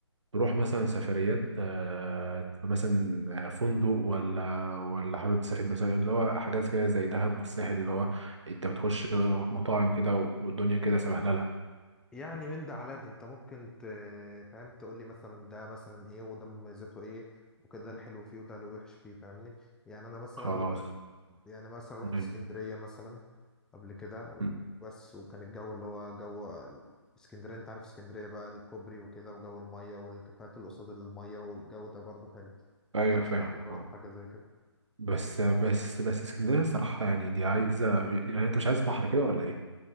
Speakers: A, on the right; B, in the centre.
A: تروح مثلا سفريات آه، تبقى مثلا آه، فندق ولا ولا حابب تسافر مثلا اللي هو حاجات كده زي دهب والساحل اللي هو أنت بتخش مطاعم كده والدنيا كده سبهللة
B: يعني من ده على ده انت ممكن ت... فاهم تقول لي مثلا ده مثلا ايه وده مميزاته ايه وكده ده الحلو فيه وده الوحش فيه فاهمني يعني انا مثلا
A: خلاص
B: يعني مثلا رحت
A: م-
B: اسكندرية مثلا قبل كده وبس
A: م-
B: وكان الجو اللي هو جو اسكندرية انت عارف اسكندرية بقى الكوبري وكده وجو المية والكافيهات اللي قصاد المية والجو ده برضه حلو
A: أيوه
B: فانت رشح
A: فاهم
B: لي برضه
A: آه.
B: حاجة زي كده
A: بس بس بس اسكندريه الصراحه يعني دي عايزه يعني انت مش عايز بحر كده ولا ايه؟